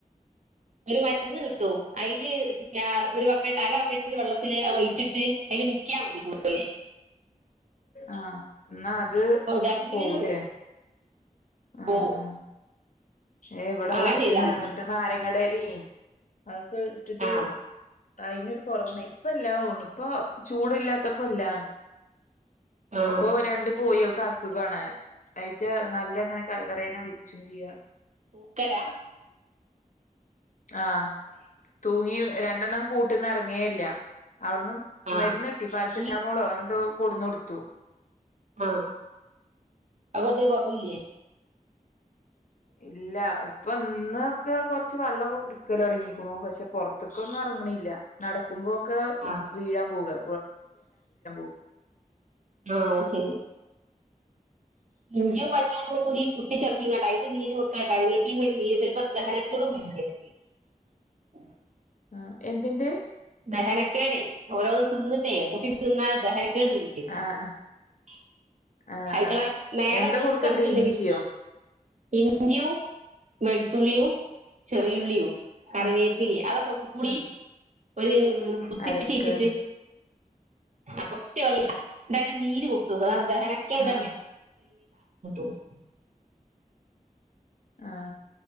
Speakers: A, on the right; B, on the left.
A: ഒരു മരുന്ന് കിട്ടും അയില് പിന്നെ ഒരു ബക്കറ്റ് അര ബക്കറ്റ് വെള്ളത്തില് അത് ഒയ്ച്ചിട്ട് അയ്ല് മു ക്ക്യാ മതി കോയി
B: ആഹ് ന്നാ അ ദ്
A: മൃഗാശുപത്രിയിൽ
B: പോവൂലേ
A: നിന്ന് കിട്ടും
B: ആഹ്
A: ഓ
B: ആഹ് ഏഹ് ഇവട
A: അങ്ങനെ
B: നറച്ച്
A: ചെയ്താൽ
B: ഇണ്ടാരുന്നു
A: മതി
B: ന്നിട്ട് നാര ങ്ങടേലിം ആഹ് ക്ക ഇട്ടിട്ട്
A: ആ
B: അയിന് ഒരു കൊറവുണ്ടായ് ഇപ്പല്ലാന്ന് തൊന്ണു ഇപ്പ ചൂടില്ലാത്തപ്പോ ഇല്ലാ
A: ആ
B: ഇപ്പൊ രണ്ട് കോയികള് ക്കസുഖാണ് അയിറ്റ നല്ലെങ്ങനെ കറ കറെന്ന് മരിച്ച് വീഴ്കാ
A: തൂക്കലാ
B: ആഹ് തൂങ്ങി വേ രണ്ടെണ്ണം കൂട്ടീന്ന് ഇറങ്ങേ ഇല്ലാ അവിടുന്ന്
A: ആ
B: മരുന്ന് കിട്ടി പാരസെറ്റ്
A: ഈ
B: റ്റാമോളോ എന്തോ കൊണ്ടുന്ന് കൊടുത്തു
A: ആഹ <unintelligible> കൊറവില്ലേ
B: ഇല്ല ഇപ്പം ഇന്ന് ഒക്കെ കൊറച്ച് വെള്ളം ഒക്കെ കുടിക്കല് തൊടങ്ങിക്കണു പൊത്തെക്കൊന്നും ഇറങ്ങണില്ല നടക്കുമ്പോ ക്കാ
A: ആ
B: വീഴാമ്പോവാ <unintelligible>
A: ആഹ ശരി <unintelligible>
B: അ എന്തിൻ്റെ
A: ദഹനക്കേടെ ഓരോ തിന്നിട്ടേ <unintelligible> ദഹനകേട് <unintelligible>
B: ആഹ് ആഹ് ആഹ് ആഹ് എന്താ കൊടുക്കണ്ടേ ഇഞ്ചിയോ
A: വെളുത്തുള്ളിയും ചെറി ഉള്ളിയും കറിവേപ്പില
B: ഉം
A: അതൊക്കെ കൂടി
B: ആ
A: ഒരു <unintelligible>
B: അരക്കല്ലേ
A: ആ കൊച്ച് അതിൻ്റെ നീര് കൊടു തോക്ക് അതാ ദഹനകേട
B: ആഹ്
A: <unintelligible> <unintelligible>
B: ആഹാ